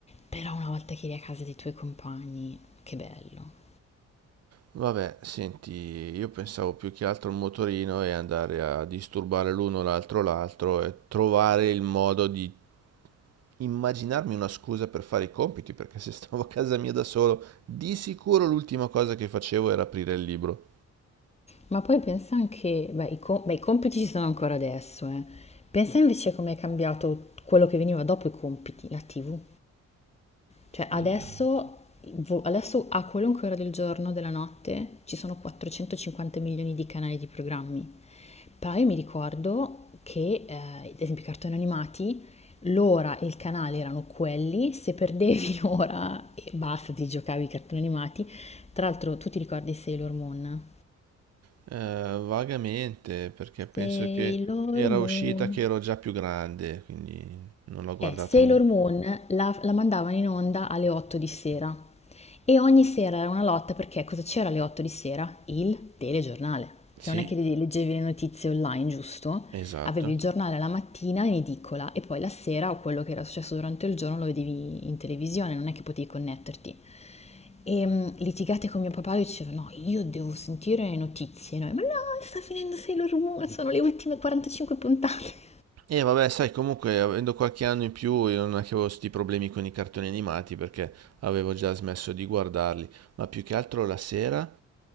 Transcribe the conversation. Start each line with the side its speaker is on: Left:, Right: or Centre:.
Left: Però una volta che eri a casa dei tuoi compagni, che bello.
Right: Vabbè, senti, io pensavo più che altro al motorino e andare a disturbare l'uno l'altro l'altro e trovare il modo di immaginarmi una scusa per fare i compiti, perché se stavo a casa mia da solo, di sicuro l'ultima cosa che facevo era aprire il libro.
Left: Ma poi pensa anche, beh, i, co- beh, i compiti ci sono ancora adesso, eh. Pensa invece come è cambiato quello che veniva dopo i compiti, la TV. Cioè adesso,
Right: Il-
Left: vo- adesso a qualunque ora del giorno, della notte, ci sono 450 milioni di canali di programmi. Però io mi ricordo che, eh, ad esempio, i cartoni animati, l'ora e il canale erano quelli, se perdevi <laughs> l'ora e basta, ti giocavi i cartoni animati. Tra l'altro, tu ti ricordi Sailor Moon?
Right: Eh, vagamente, perché penso
Left: Sailor
Right: che era
Left: Moon.
Right: uscita che ero già più grande, quindi non l'ho guardata
Left: Eh, Sailor
Right: molto.
Left: Moon la, la mandavano in onda alle 8 di sera. E ogni sera era una lotta perché cosa c'era alle 8 di sera? Il telegiornale,
Right: Sì,
Left: che non è che leggevi le notizie online, giusto?
Right: esatto.
Left: Avevi il giornale la mattina in edicola e poi la sera o quello che era successo durante il giorno lo vedevi in televisione, non è che potevi connetterti. E mh, litigate con mio papà, lui diceva no, io devo sentire le notizie, noi, ma no, sta finendo Sailor Moon, sono le ultime 45 puntate.
Right: E vabbè, sai, comunque avendo qualche anno in più io non è che avevo sti problemi con i cartoni animati perché avevo già smesso di guardarli, ma più che altro la sera